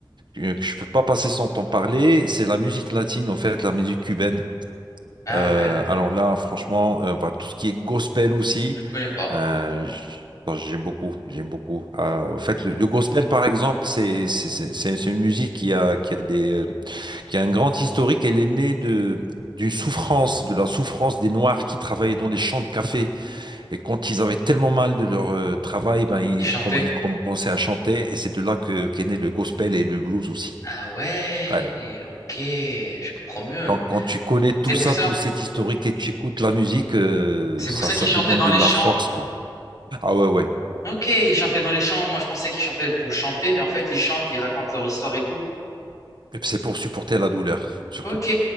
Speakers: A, on the right; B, on the left.
A: euh, que je peux pas passer sans t'en parler, c'est la musique latine, en fait, la musique cubaine.
B: Ah
A: Euh,
B: ouais.
A: alors là, franchement, euh, bah, tout ce qui est gospel aussi,
B: Je connais pas.
A: euh, j- bon, j'aime beaucoup, j'aime beaucoup. Euh, en fait, le, le gospel, par exemple, c'est c'est c'est- c'est- c'est une musique qui a qui a des euh, qui a un grand historique. Elle est née de d'une souffrance, de la souffrance des Noirs qui travaillaient dans les champs de café. Et quand ils avaient tellement mal de leur euh, travail, ben, ils,
B: Il chantait.
A: com- ils commençaient à chanter. Et c'est de là que qu'est né le gospel et le blues aussi.
B: Ah ouais,
A: Ouais.
B: ok, je comprends mieux.
A: Donc, quand tu connais tout
B: C'est pour
A: ça,
B: ça.
A: tout cet historique et tu écoutes la musique, euh,
B: C'est
A: ça,
B: pour ça
A: ça
B: qu'il chantait
A: te donne
B: dans
A: de
B: les
A: la
B: champs.
A: force, quoi. Ah ouais, ouais.
B: Ok, il chantait dans les champs. Moi, je pensais qu'il chantait pour chanter, mais en fait, ils chantent, ils racontent leur histoire et tout.
A: Et puis, c'est pour supporter la douleur, surtout.
B: Ok.